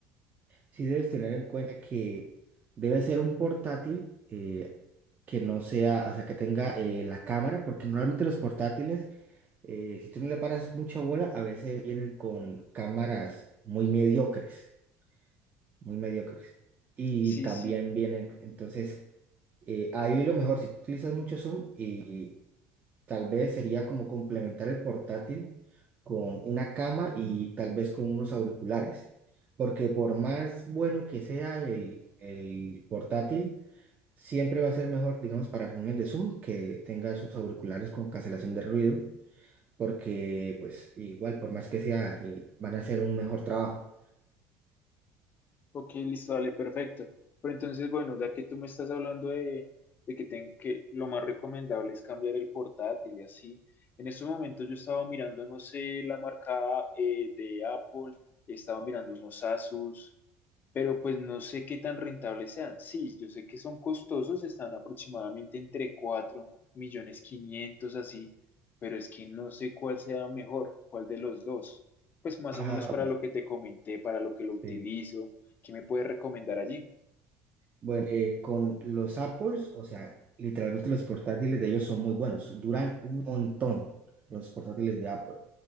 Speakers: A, on the right; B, on the left.
A: sí debes tener en cuenta que debe ser un portátil eh, que no sea, o sea, que tenga eh, la cámara, porque normalmente los portátiles, eh, si tú no le paras mucha bola, a veces vienen con cámaras muy mediocres, muy mediocres. Y
B: Sí,
A: también
B: sí.
A: vienen, entonces, eh, ahí lo mejor, si tú utilizas mucho Zoom y Tal vez sería como complementar el portátil con una cama y tal vez con unos auriculares, porque por más bueno que sea el, el portátil, siempre va a ser mejor, digamos, para reuniones de Zoom que tenga sus auriculares con cancelación de ruido, porque pues igual, por más que sea, eh, van a hacer un mejor trabajo.
B: Ok, listo, dale, perfecto. Pero entonces, bueno, ya que tú me estás hablando de, de que, ten- que lo más recomendable es cambiar el portátil y así, en estos momentos yo estaba mirando, no sé, la marca eh, de Apple, estaba mirando unos Asus, pero pues no sé qué tan rentables sean. Sí, yo sé que son costosos, están aproximadamente entre cuatro millones quinientos así, pero es que no sé cuál sea mejor, cuál de los dos. Pues más
A: Ajá.
B: o menos para lo que te comenté, para lo que lo utilizo,
A: Sí,
B: ¿qué me puedes recomendar allí?
A: Bueno, eh, con los Apples, o sea, literalmente los portátiles de ellos son muy buenos, duran un montón los portátiles de Apple,